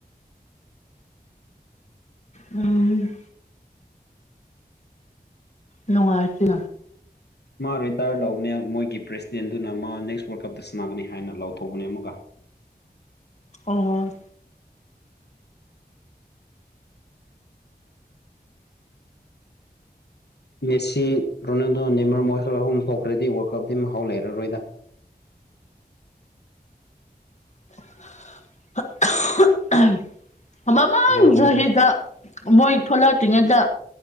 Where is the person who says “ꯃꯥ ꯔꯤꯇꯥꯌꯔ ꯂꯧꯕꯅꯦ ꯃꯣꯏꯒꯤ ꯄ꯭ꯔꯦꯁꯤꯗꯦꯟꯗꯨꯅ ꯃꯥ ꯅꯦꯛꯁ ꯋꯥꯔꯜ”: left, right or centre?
Left